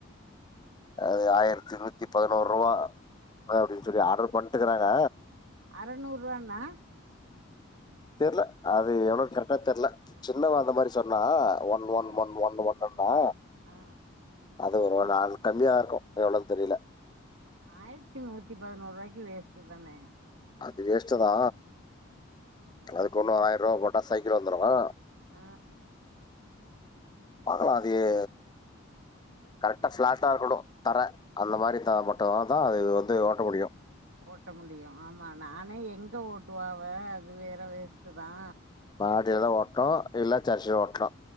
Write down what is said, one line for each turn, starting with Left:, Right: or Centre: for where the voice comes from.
Left: அது ஆயிரத்தி நூத்தி பதினோரு ரூவா அப்டின்னு சொல்லி ஆர்டர் பண் எட்டுக்கறாங்க
Right: அறநூறுரூவானா
Left: தெர்ல அது எவ்ளோனு கரெக்டா தெர்ல சின்னவ அந்த மாரி சொன்னா ஒன் ஒன்
Right: ஆ
Left: ஒன் ஒன் ஒன்னுனு
Right: ஆ
Left: அது ஒரு நாள் கம்மியா இருக்கு எவ்ளோனு தெரில
Right: ஆயிரத்தி நூத்தி பதினோரு ரூவாய்க்கு வேஸ்டுதானே
Left: அது வேஷ்டுதா அதுக்கு ஒன்னு
Right: ஆ
Left: ஆயிர ரூவா போட்டா சை கீழ வந்துருமா
Right: ஆ
Left: பாக்கலா அதி எ கரெக்டா பிளாட்டா இருக்கணு தர அந்த மாரிதா மட்டும்தான்தான் இது வந்து ஓட்ட முடியு
Right: ஒட்ட முடியு ஆமா நானே எங்க ஒட்டுவாவ அது வேற வேஸ்ட்டுதா
Left: மாடிலதா ஒட்டு இல்ல சர்ச்ல ஒட்டணு